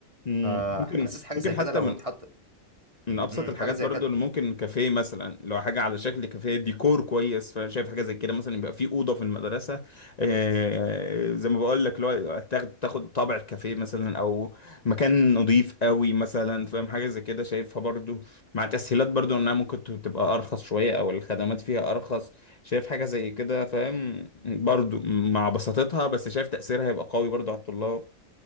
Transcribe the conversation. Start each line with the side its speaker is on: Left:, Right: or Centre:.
Left: مم.
Right: فحاسس
Left: ممكن
Right: حاجة
Left: ممكن
Right: زي
Left: حتى
Right: كده لو
Left: من
Right: اتحط
Left: من ابسط
Right: مم،
Left: الحاجات
Right: حاجة زي
Left: برضو
Right: كده
Left: اللي ممكن كافيه مثلا لو حاجه على شكل كافيه ديكور كويس فانا شايف حاجه زي كده مثلا يبقى في اوضه في المدرسه آه، زي ما بقول لك لو تاخد تاخد طابع الكافيه مثلا او مكان نظيف قوي مثلا فاهم حاجه زي كده شايفها برضو مع تسهيلات برضو انها ممكن ت- تبقى ارخص شويه او الخدمات فيها ارخص شايف حاجه زي كده فاهم برضو مع بساطتها بس شايف تاثيرها هيبقى قوي برضو على الطلاب